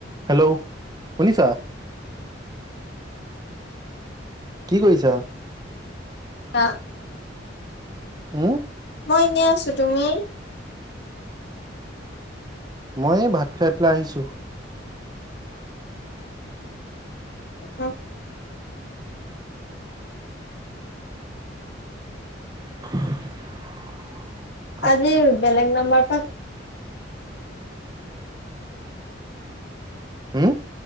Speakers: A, on the right (about 20°); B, on the left (about 60°).
A: Hello শুনিছা? কি কৰিছা?
B: কা
A: উহ।
B: মই এনেই আছো। তুমি?
A: মই এই ভাত খাই পেলাই আহিছো।
B: <unintelligible>
A: <inaudible> <inaudible>
B: আজি বেলেগ নাম্বাৰ পা-
A: হম?